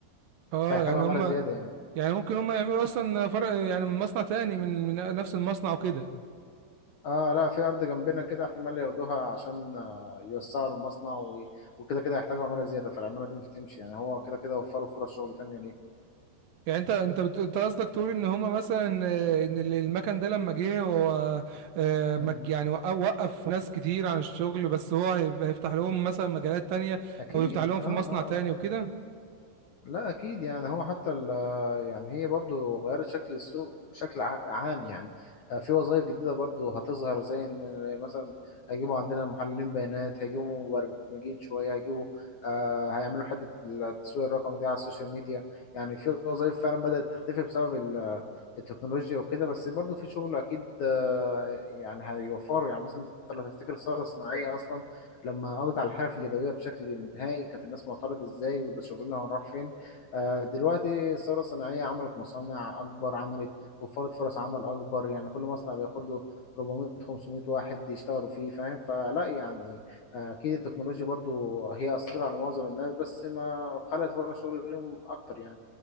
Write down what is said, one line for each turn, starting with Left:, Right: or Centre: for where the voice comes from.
Right: اه
Left: فهيحتاجوا
Right: يعني
Left: عماله
Right: هم
Left: زياده يعني
Right: يعني ممكن هم يعملوا اصلا فرق يعني من مصنع تاني من, من نفس المصنع وكده
Left: اه لا في ارض جنبنا كده احتمال ياخدوها عشان آه، يوسعوا المصنع و- وكده كده يحتاجوا عماله زياده فالعماله دي مش هتمشي يعني هو كده كده وفروا فرص شغل تانية ليه
Right: يعني انت انت بت... انت قصدك تقول ان هما مثلا آه، ان ال- المكن ده لما جه هو آه، مك...
Left: مم.
Right: يعني وق- وقف ناس كتير عن الشغل بس هو هيبقى هيفتح لهم مثلا مجالات تانية
Left: اكيد
Right: او يفتح لهم
Left: اه
Right: في
Left: آه،
Right: مصنع تاني وكده
Left: لا اكيد يعني هو حتى ال يعني هي برضو غيرت شكل السوق بشكل ع- عام يعني آه، في وظائف جديده برضو هتظهر زي ان مثلا هيجيبوا عندنا محللين بيانات هيجيبوا مبرمجين شويه هيجيبوا آه هيعملوا حته التسويق الرقمي دي على السوشيال ميديا يعني في وظائف فعلا بدات تختفي بسبب ال- التكنولوجيا وكده بس برضو في شغل اكيد آه، يعني هيوفروا يعني مثلا انت لو تفتكر الثوره الصناعيه اصلا لما قضت على الحرف اليدويه بشكل نهائي كانت الناس معترضه ازاي وده شغلنا هنروح فين آه، دلوقتي الثورة الصناعية عملت مصانع أكبر عملت وفرت فرص عمل أكبر يعني كل مصنع بياخد له 400 500 واحد يشتغلوا فيه فاهم فلا يعني آه، أكيد التكنولوجيا برضو هي أثرت على معظم الناس بس ما خلقت فرص شغل ليهم أكتر يعني